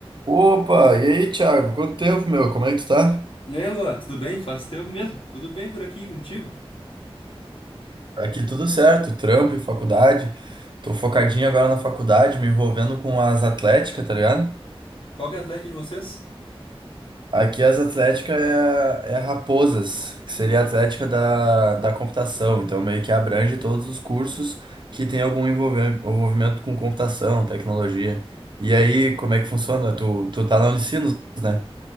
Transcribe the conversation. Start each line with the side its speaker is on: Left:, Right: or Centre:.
Right: Opa, e aí, Thiago? Quanto tempo, meu? Como é que tu tá?
Left: E aí, Luan, tudo bem? Faz tempo mesmo? Tudo bem por aqui contigo?
Right: Aqui tudo certo, trampo e faculdade. Tô focadinho agora na faculdade, me envolvendo com as atléticas, tá ligado?
Left: Qual que é a Atlética de vocês?
Right: Aqui as atléticas é, é Raposas, que seria a atlética da, da computação. Então meio que abrange todos os cursos que tem algum envolve- envolvimento com computação, tecnologia. E aí, como é que funciona? Tu, tu tá na Unicinos, né?